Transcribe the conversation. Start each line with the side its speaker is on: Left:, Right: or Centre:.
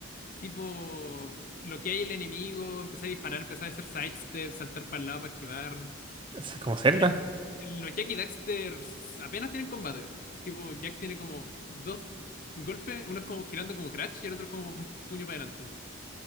Left: Tipo, lo que hay el enemigo, empezar a disparar, empezar a hacer sidestep, saltar para el lado para esquivar.
Right: Es como Zelda.
Left: El, el- los Jack y Daxter apenas tienen combate. Tipo, Jack tiene como dos golpes, uno es como girando como Crash y el otro es como un puño para adelante.